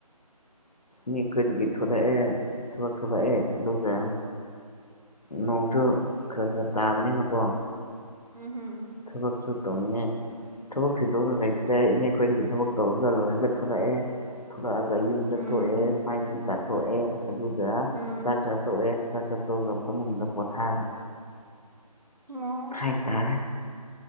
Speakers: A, on the left (about 80°); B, on the right (about 80°).
A: ꯃꯤ ꯀꯔꯤꯒꯤ ꯊꯣꯔꯛꯑꯦ ꯊꯣꯂꯛꯑꯦ ꯑꯗꯨꯒ ꯅꯣꯡꯁꯨ ꯈꯔ ꯈꯔ ꯇꯥꯕꯅꯤꯅꯀꯣ꯫
B: ꯎꯝ ꯍꯝ꯫
A: ꯊꯥꯕꯛꯁꯨ ꯇꯧꯅꯤꯡꯉꯥꯏ꯫ ꯊꯥꯕꯛꯁꯨ ꯇꯧꯅꯤꯉꯥꯏ ꯂꯩꯇ꯭ꯔꯦ ꯏꯅꯦ ꯑꯩ ꯈꯣꯏꯗꯒꯤ ꯊꯕꯛ ꯇꯧꯔꯒ ꯂꯣꯏꯔꯒ ꯊꯣꯛꯂꯛꯑꯦ꯫ ꯊꯣꯔꯛꯑꯒ ꯌꯨꯝꯗ
B: ꯎꯝ
A: ꯊꯣꯛꯑꯦ ꯃꯥꯏ ꯃꯤꯠ ꯇꯥꯊꯣꯛꯑꯦ ꯑꯗꯨꯒ
B: ꯎꯝ
A: ꯆꯥꯛ ꯆꯥꯊꯣꯛꯑꯦ ꯆꯥꯛ ꯆꯊꯣꯛ ꯑꯒ ꯐꯃꯨꯡꯗ ꯄꯣꯊꯥꯔꯤ
B: ꯑꯣ
A: ꯍꯥꯏꯇꯥꯔ